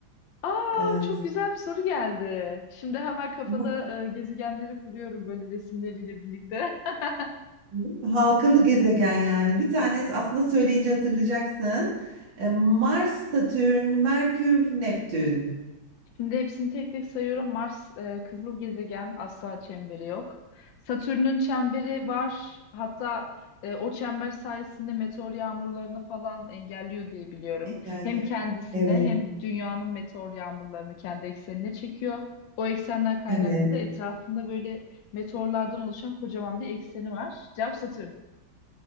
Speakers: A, on the left (about 75°); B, on the right (about 70°).
A: Aa,
B: Ee,
A: çok güzel bir soru geldi. Şimdi hemen kafada
B: bu-
A: e, gezegenleri kuruyorum böyle resimleriyle birlikte. <laughs>
B: bu halkalı gezegen yani. Bir tane aslında söyleyince hatırlayacaksın. Ee, Mars, Satürn, Merkür, Neptün.
A: Şimdi hepsini tek tek sayıyorum. Mars e, kızıl gezegen, asla çemberi yok. Satürn'ün çemberi var. Hatta e, o çember sayesinde meteor yağmurlarını falan engelliyor diye biliyorum. Hem
B: Yani
A: kendisine
B: evet,
A: hem dünyanın meteor yağmurlarını kendi eksenine çekiyor. O eksenden kaynaklı
B: evet.
A: da etrafında böyle meteorlardan oluşan kocaman bir ekseni var. Cevap Satürn.